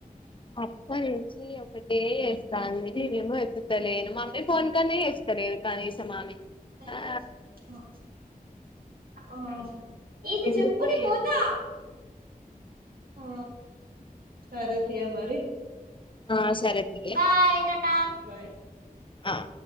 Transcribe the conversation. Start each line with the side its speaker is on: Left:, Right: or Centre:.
Left: అప్ప నుంచి ఒకటే ఏస్తాంది నేనేమో ఎత్తుతలేను మమ్మీ ఫోన్ కన్నా వేస్తలేదు కనీసం ఆమె
Right: <unintelligible>
Left: ఆ
Right: ఆ ఏది
Left: ఎందుకో
Right: చెప్పు నేం పోతా
Left: ఏమో
Right: ఆ సరే తీయే మరి
Left: ఆ సరే తీయే
Right: బాయ్ టాటా బాయ్
Left: ఆ